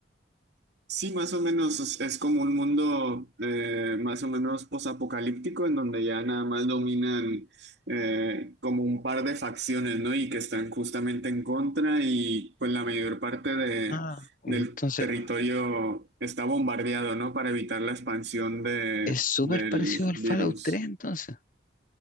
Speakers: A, on the right; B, on the left.
A: Sí, más o menos es, es como un mundo eh, más o menos posapocalíptico en donde ya nada más dominan eh, como un par de facciones, ¿no? Y que están justamente en contra y pues la mayor parte de,
B: Ah, entonces
A: del territorio está bombardeado, ¿no? Para evitar la expansión de,
B: es súper
A: del
B: parecido al
A: virus.
B: Fallout tres. entonces.